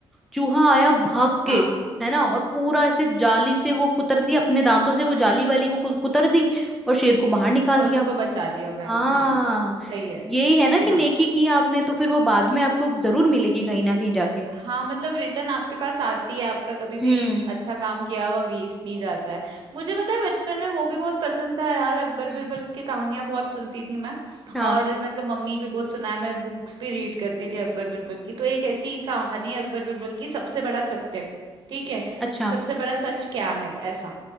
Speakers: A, in the centre; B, on the right.
A: चूहा आया भाग के
B: हाँ
A: है ना और पूरा ऐसे जाली से वो कुतर दिया अपने दांतों से वो जाली वाली वो कु- कुतर दी और शेर को बाहर निकाल
B: और
A: दिया
B: उसको बचा लिया होगा
A: हाँ
B: हाँ सही है
A: यही है ना कि
B: हाँ
A: नेकी की आपने तो फिर वो बाद में आपको जरूर मिलेगी कहीं ना कहीं जाके
B: हाँ मतलब रिटर्न आपके पास आती है आपका कभी भी
A: हम्म
B: अच्छा काम किया हुआ वेस्ट नहीं जाता है मुझे पता है बचपन में वो भी बहुत पसंद था यार अकबर
A: हम्म
B: बिरबल की कहानियां बहुत सुनती थी मैं
A: हाँ
B: और मतलब मम्मी भी बहुत सुनाए मैं बुक्स भी रीड करती थी अकबर बिरबल की तो एक ऐसी कहानी है अकबर बिरबल की सबसे बड़ा सत्य ठीक है
A: अच्छा
B: सबसे बड़ा सच क्या है ऐसा